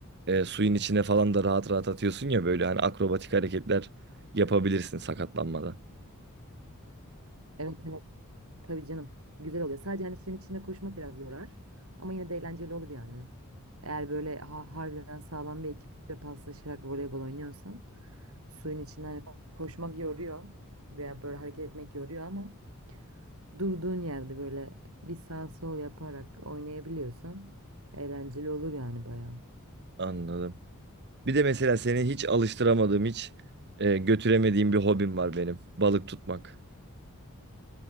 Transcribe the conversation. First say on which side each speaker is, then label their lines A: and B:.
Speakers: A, on the right (about 50°); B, on the right (about 70°).
A: e, suyun içine falan da rahat rahat atıyorsun ya böyle hani akrobatik hareketler yapabilirsin sakatlanmadan.
B: Evet evet. Tabii canım. Güzel oluyor. Sadece hani suyun içinde koşmak biraz yorar. Ama yine de eğlenceli olur yani. Eğer böyle ha- harbiden sağlam bir ekiple paslaşarak voleybol oynuyorsan suyun içinden hani ko- koşmak yoruyor veya böyle hareket etmek yoruyor ama durduğun yerde böyle bir sağ sol yaparak oynayabiliyorsan eğlenceli olur yani bayağı.
A: Anladım. Bir de mesela seni hiç alıştıramadığım, hiç e, götüremediğim bir hobim var benim. Balık tutmak.